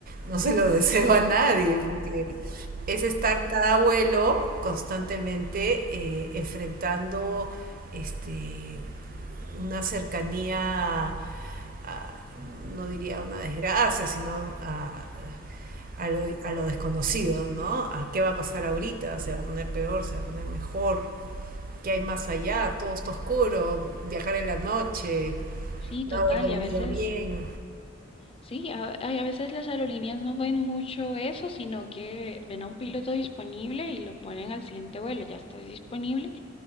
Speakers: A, on the right (about 45°); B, on the left (about 30°).
A: no se lo <laughs> deseo a nadie, porque es estar cada abuelo constantemente eh, enfrentando este, una cercanía, a, no diría una desgracia, sino a, a, lo, a lo desconocido, ¿no? A qué va a pasar ahorita, se va a poner peor, se va a poner mejor, qué hay más allá, todo está oscuro, viajar en la noche,
B: Sí,
A: no
B: total.
A: haber dormido
B: Y a veces,
A: bien.
B: sí, a, ay, a veces las aerolíneas no ven mucho eso, sino que ven a un piloto disponible y lo ponen al siguiente vuelo. Ya estás disponible,